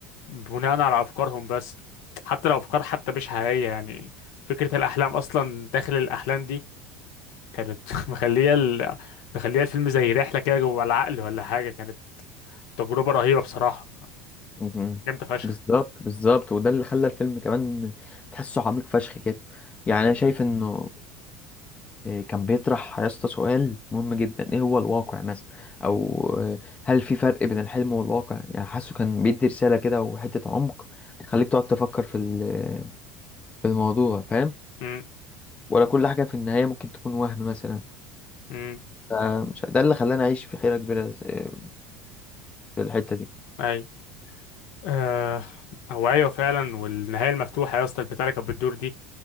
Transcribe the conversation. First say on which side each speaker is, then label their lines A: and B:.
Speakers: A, on the left; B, on the left.
A: بناء على افكارهم بس حتى لو افكار حتى مش حقيقية يعني فكرة الاحلام اصلا داخل الاحلام دي كانت <laughs> مخلية ال... مخلية الفيلم زي رحلة كده جوه العقل ولا حاجة كانت تجربة رهيبة بصراحة
B: مم.
A: جامدة فشخ
B: بالظبط بالظبط وده اللي خلى الفيلم كمان تحسه عميق فشخ كده يعني انا شايف انه إيه، كان بيطرح يا اسطى سؤال مهم جدا ايه هو الواقع مثلا او آه، هل في فرق بين الحلم والواقع يعني حاسه كان بيدي رسالة كده وحتة عمق تخليك تقعد تفكر في ال- في الموضوع فاهم
A: امم
B: ولا كل حاجة في النهاية ممكن تكون وهم مثلا
A: امم
B: فمش ده اللي خلاني اعيش في حيرة كبيرة آه، في الحتة دي
A: اي آه هو ايوه فعلا والنهاية المفتوحة يا اسطى البتاع اللي كانت بتدور دي